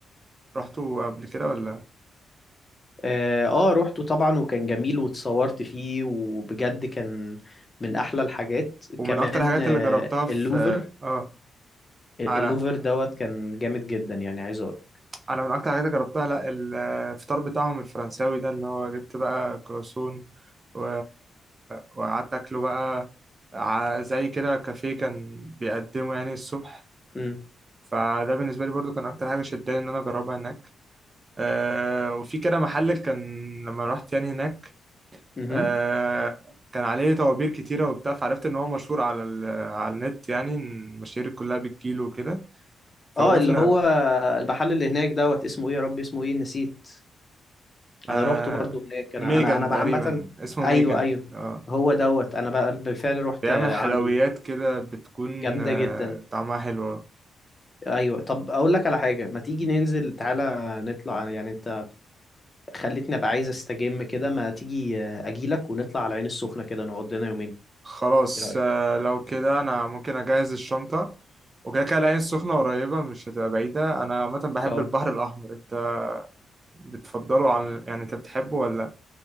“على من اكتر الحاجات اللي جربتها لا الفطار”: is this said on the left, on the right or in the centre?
Right